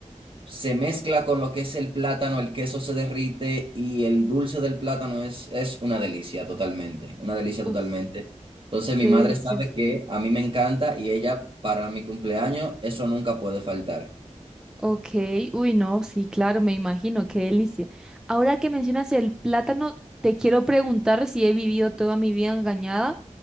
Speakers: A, on the right; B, in the centre.
A: se mezcla con lo que es el plátano, el queso se derrite y el dulce del plátano es, es una delicia totalmente, una delicia totalmente.
B: Uf,
A: Entonces
B: qué
A: mi madre
B: delicioso.
A: sabe que a mí me encanta y ella para mi cumpleaños eso nunca puede faltar.
B: Ok, uy, no, sí, claro, me imagino, qué delicia. Ahora que mencionas el plátano, te quiero preguntar si he vivido toda mi vida engañada